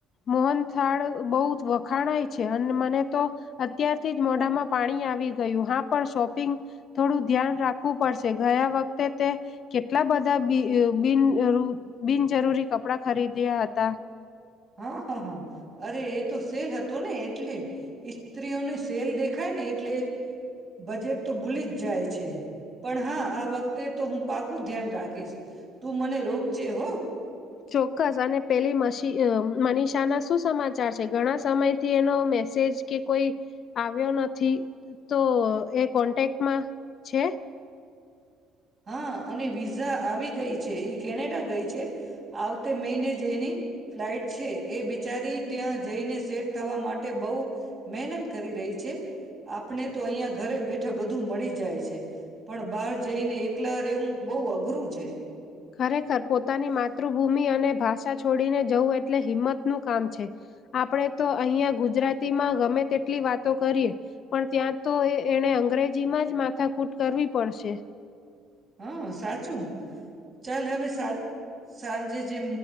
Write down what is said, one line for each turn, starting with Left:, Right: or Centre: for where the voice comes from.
Left: મોહનથાળ બહુ વખાણાય છે અને મને તો અત્યારથી જ મોઢામાં પાણી આવી ગયું હા પણ શોપિંગ થોડું ધ્યાન રાખવું પડશે ગયા વખતે તે કેટલા બધા બિન. બિનજરૂરી કપડા ખરીદ્યા હતા.
Right: હા હા હા અરે એ તો સેલ હતો ને, એટલે સ્ત્રીઓને સેલ દેખ. ખાય ને એટલે. બજેટ તો ભૂલી જ જાય છે પણ હા આ વખતે તે તો હું પાકું ધ્યાન રાખીશ. તું મને રોગ જે હો.
Left: ચોક્કસ અને પે મનીષા ના શું સમાચાર છે ઘણા સમય થી એનો મે. જ કે કોઈ આવ્યો નથી તો એ કોન્ટેક્ટમાં છે.
Right: હા અને વિઝા આવી ગઈ છે એ કેનેડા ગઈ છે આવતે મહિને જેની ફ્લાઈટ છે એ બિચારી ત્યાં જઈને સેટ થવા માટે બહ મહેનત કરી રહી છે આપણે તો અહં ઘરે બેઠા બધું મળી જાય છે. પણ બહાર જઈને એક એકલર એવું બહ અઘરું છે.
Left: ખરેખર પોતાની માતૃભૂમિ અને ભાષા છોડીને જવું એટલે હિંમતનું કામ છે આપણે તો અહીંયા ગુજરાતીમાં ગમે તેટલી વાતો કરીએ પણ ત્યાં તો એને અંગ્રેજીમાં જ માથાકૂટ કરવી પડશે.
Right: હા સાચું. ચાલ હવે સાત સાંજે જે.